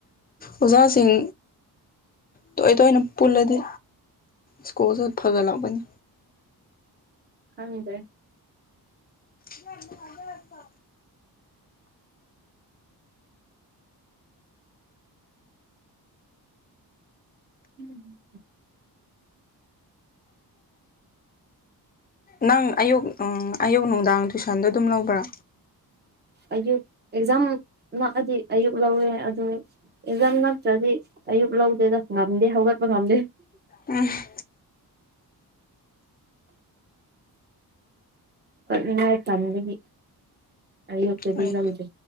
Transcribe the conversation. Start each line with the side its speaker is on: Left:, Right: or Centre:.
Left: ꯑꯣꯖꯥꯁꯤꯡ ꯇꯣꯏ ꯇꯣꯏꯅ ꯄꯨꯜꯂꯗꯤ ꯁꯀꯨꯜꯁꯨ ꯐꯒꯠꯂꯛꯄꯅꯤ
Right: ꯍꯗꯦ
Left: <inaudible>
Right: ꯎꯝ
Left: ꯅꯪ ꯑꯌꯨꯛ ꯑꯌꯨꯛ ꯅꯨꯡꯗꯥꯡ ꯇꯨꯏꯁꯟꯗꯣ ꯑꯗꯨꯝ ꯂꯧꯕ꯭ꯔꯥ
Right: ꯑꯌꯨꯛ ꯑꯦꯛꯖꯥꯝ ꯂꯥꯛꯑꯗꯤ ꯑꯌꯨꯛ ꯂꯧꯋꯦ ꯑꯗꯨ ꯑꯦꯛꯖꯝ ꯅꯠꯇ꯭ꯔꯗꯤ ꯑꯌꯨꯛ ꯂꯧꯗꯦꯗ ꯉꯝꯗꯦ ꯍꯧꯒꯠꯄ ꯉꯝꯗꯦ
Left: ꯎꯝ
Right: ꯉꯥꯏ ꯆꯥꯟꯒꯤ ꯑꯛꯇꯗꯤ
Left: ꯑꯩ
Right: ꯂꯧꯖꯦ